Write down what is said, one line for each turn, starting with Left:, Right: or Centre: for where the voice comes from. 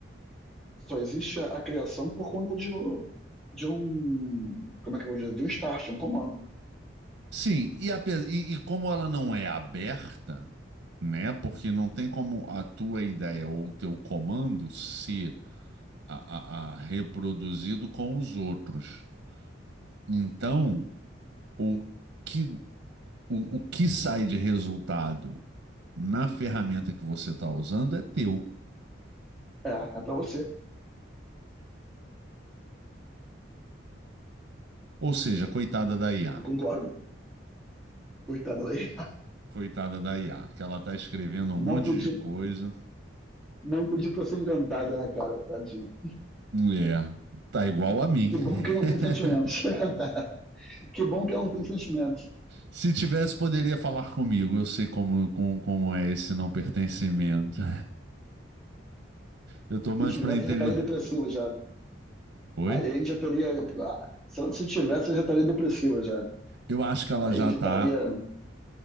Centre: só existe a, a criação por conta de, um- de um, como é que eu vou dizer, de um start, um comando.
Right: Sim, e, ape- e- e como ela não é aberta, né? Porque não tem como a tua ideia ou o teu comando ser a, a- a reproduzido com os outros. Então, o que, o, o que sai de resultado na ferramenta que você está usando é teu.
Centre: É, é para você.
Right: Ou seja, coitada da IA.
Centre: Eu concordo. Coitada daí.
Right: Coitada da IA, que ela está escrevendo um
Centre: Não
Right: monte
Centre: pedi,
Right: de coisa.
Centre: não pedi para ser inventada, né, cara? Tadinha.
Right: É, tá igual a mim.
Centre: Que
Right: <laughs>
Centre: bom que não tem sentimentos. <laughs> Que bom que ela não tem sentimentos.
Right: Se tivesse, poderia falar comigo. Eu sei como, como, como é esse não pertencimento. Eu tô mais
Centre: Se tivesse,
Right: pra entender.
Centre: já estaria depressiva já.
Right: Oi?
Centre: Aí a gente já teria. ah, Se eu se tivesse, eu já estaria depressiva já.
Right: Eu acho que ela
Centre: Aí
Right: já
Centre: já
Right: tá.
Centre: estaria.